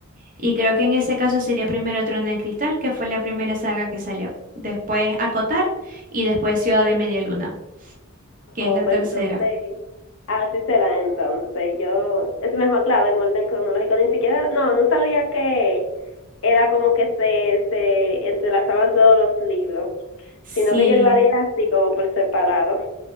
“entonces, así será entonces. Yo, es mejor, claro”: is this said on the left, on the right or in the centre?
Left